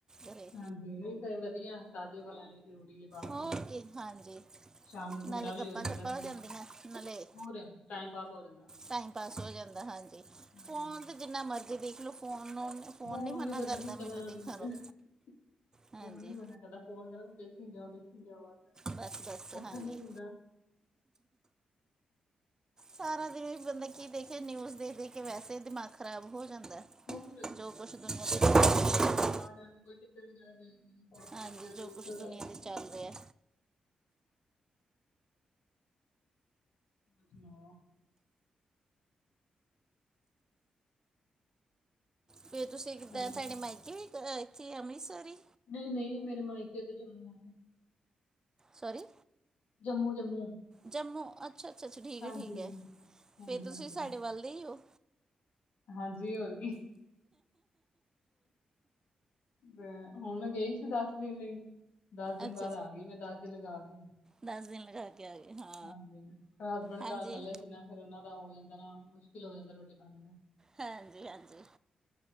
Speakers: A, on the right (about 25°); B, on the left (about 80°).
A: ਘਰੇ।
B: ਹਾਂਜੀ, ਨਹੀਂ ਤਾਂ ਵਧੀਆ ਤਾਜ਼ੀਆਂ ਹਵਾ ਲੈਣੀ। ਜ਼ਰੂਰੀ ਹੈ ਬਾਹਰ
A: ਓਕੇ,
B: ਦੀ
A: ਹਾਂਜੀ।
B: ਸ਼ਾਮ ਨੂੰ ਠੰਡਾ
A: ਨਾਲੇ
B: ਵੀ
A: ਗੱਪਾਂ-
B: ਜਾਂਦਾ
A: ਸ਼ੱਪਾਂ
B: ਫਿਰ
A: ਹੋ ਜਾਂਦੀਆਂ। ਨਾਲੇ
B: ਹੋਰ ਟਾਈਮ ਪਾਸ ਹੋ ਜਾਂਦਾ
A: ਟਾਈਮ ਪਾਸ ਹੋ ਜਾਂਦਾ। ਹਾਂਜੀ,
B: ਹਮ
A: ਫੋਨ ਤਾਂ ਜਿੰਨਾ ਮਰਜ਼ੀ ਦੇਖ ਲਓ ਫੋਨ ਨੂੰ ਫੋਨ
B: <unintelligible>
A: ਨਹੀਂ ਮਨਾ ਕਰਦਾ ਮੈਨੂੰ ਦੇਖਣ ਨੂੰ ਹਾਂਜੀ
B: ਫੋਨ ਨੀ ਮਨਾ ਕਰਦਾ। ਫੋਨ ਕਹਿੰਦਾ ਮੈਨੂੰ ਦੇਖੀ ਜਾਓ-ਦੇਖੀ ਜਾਓ।
A: ਬਸ -ਬਸ,
B: ਉੱਠਣ
A: ਹਾਂਜੀ
B: ਨੀ ਦਿੰਦਾ
A: ਸਾਰਾ ਦਿਨ ਵੀ ਬੰਦਾ ਕੀ ਦੇਖੇ, ਨਿਊਜ਼ ਦੇਖ- ਦੇਖ ਕੇ ਵੈਸੇ ਦਿਮਾਗ ਖ਼ਰਾਬ ਹੋ ਜਾਂਦਾ ਏ।
B: ਹੋਰ।
A: <unintelligible>
B: ਆ ਜਾਣ ਕੋਈ <unintelligible>
A: ਹਾਂਜੀ ਜੋ ਕੁਛ ਦੁਨੀਆ ਤੇ ਚੱਲ ਰਿਹਾ
B: ਹੋਰ ਸੁਣਾਓ?
A: ਫੇਰ ਤੁਸੀਂ ਕਿੱਦਾਂ
B: ਹੈਲੋ
A: ਤੁਹਾਡੇ ਮਾਈਕੇ ਵੀ ਇੱਥੇ ਅੰਮ੍ਰਿਤਸਰ ਹੀ।
B: ਨਹੀਂ-ਨਹੀਂ ਮੇਰੇ ਮਾਇਕੇ ਤੇ ਜੰਮੂ ਆ।
A: ਸੋਰੀ।
B: ਜੰਮੂ, ਜੰਮੂ।
A: ਜੰਮੂ ਅੱਛਾ-ਅੱਛਾ, ਅੱਛਾ ਠੀਕ
B: ਹਾਂਜੀ
A: ਹੈ- ਠੀਕ ਹੈ,
B: ਹਾਂਜੀ
A: ਫੇਰ ਤੁਸੀਂ
B: ਹਾਂਜੀ
A: ਸਾਡੇ ਵੱਲ ਦੇ ਹੀ ਹੋ।
B: ਹਾਂਜੀ, ਹੋਰ ਕੀ। ਅ ਹੁਣ ਮੈਂ ਗਈ ਸੀ, ਦੱਸ ਦਿਨ ਲਈ। ਦੱਸ ਦਿਨ
A: ਅੱਛਾ
B: ਬਾਅਦ
A: ਅੱਛਾ,
B: ਆ ਗਈ। ਮੈਂ ਦੱਸ ਦਿਨ ਲਗਾ ਕੇ।
A: ਦਸ ਦਿਨ ਲਗਾ। ਕਯਾ ਗਿਆ ਹਾਂ।
B: ਹਾਂਜੀ, ਹਸਬੈਂਡ
A: ਹਾਂਜੀ
B: ਘਰ ਇਕੱਲੇ ਸੀ ਨਾ, ਫੇਰ ਉਹਨਾ ਦਾ ਹੋ ਜਾਂਦਾ ਨਾ, ਮੁਸ਼ਕਿਲ ਹੋ ਜਾਂਦਾ ਰੋਟੀ- ਖਾਣੇ ਦਾ।
A: ਹਾਂਜੀ, ਹਾਂਜੀ।